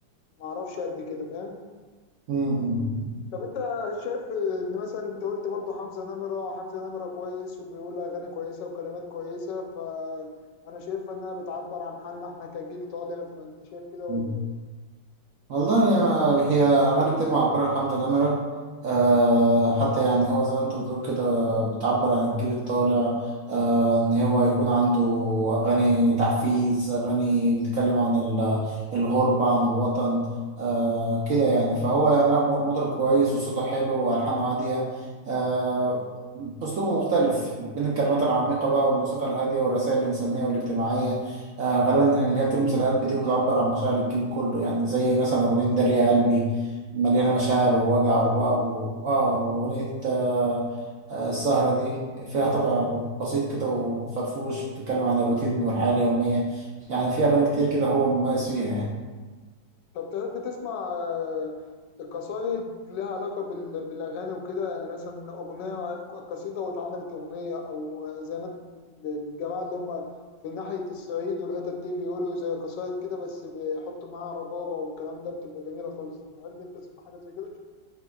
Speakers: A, on the left; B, on the right.
A: ما اعرفش قد كده فاهم
B: مم. مم.
A: طب انت شايف ان مثلا انت قلت برضه حمزه نمره حمزه نمره كويس وبيقول اغاني كويسه وكلمات كويسه فانا شايف انها بتعبر عن حالنا احنا كجيل طالع فانت شايف كده ولا
B: مم.
A: ايه؟
B: والله يا- هي أغاني كتير معبرة لحمزة نمرة أه حتى يعني هو زي ما أنت بتقول كده بتعبر عن الجيل الطالع أه إن هو يكون عنده أغاني تحفيز أغاني بتتكلم عن ال- الغربة عن الوطن أه كده يعني فهو يعني لا م- مطرب كويس وصوته حلو وألحانه هادية أه أسلوبه مختلف بين الكلمات العميقة بقى والموسيقى الهادية والرسائل الإنسانية والاجتماعية آه غالبا اللي هي بتلمس القلب دي وبتعبر عن مشاعر الجيل كله يعني زي مثلا أغنية داري يا قلبي مليانة مشاعر ووجع
A: أيوة.
B: وبقى و... آه وأغنية آه آه السهرة دي فيها طبع بسيط كده وفرفوش بتتكلم عن الروتين والحياة اليومية يعني فيها أغاني كتير كده هو مميز فيها يعني
A: طب تحب تسمع آه، قصايد لها علاقة بال- بالأغاني وكده يعني مثلا أغنية قصيدة واتعملت أغنية أو زي ما الجماعة اللي هم في ناحية الصعيد والحتت دي بيقولوا زي قصايد كده بس بيحطوا معاها ربابة والكلام ده بتبقى جميلة خالص تحب أنت تسمع حاجة زي كده؟